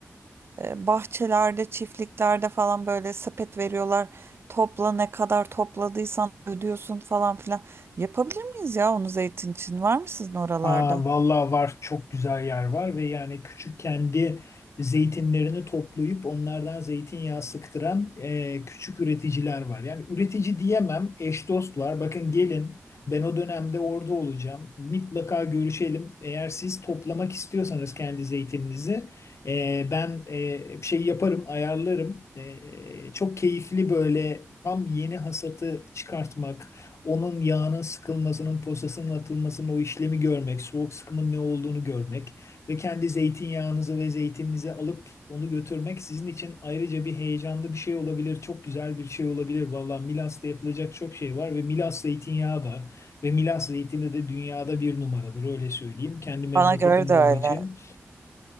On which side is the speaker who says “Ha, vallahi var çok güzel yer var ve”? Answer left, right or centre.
Left